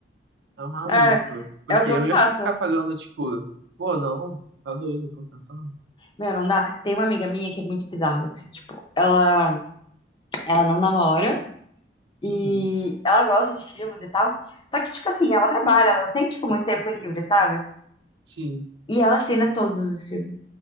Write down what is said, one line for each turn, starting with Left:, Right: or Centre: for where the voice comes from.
Right: tá maluco.
Left: É,
Right: Porque
Left: é o que
Right: eu
Left: eu
Right: não
Left: faço.
Right: ia ficar pagando, tipo, pô, não, tá doido, compensa não.
Left: Meu, não dá. Tem uma amiga minha que é muito bizarra, assim, tipo, ela, ela não namora. E
Right: Uhum.
Left: ela gosta de filmes e tal. Só que, tipo assim, ela trabalha, ela não tem, tipo, muito tempo livre, sabe?
Right: Sim.
Left: E ela assina todos os filmes.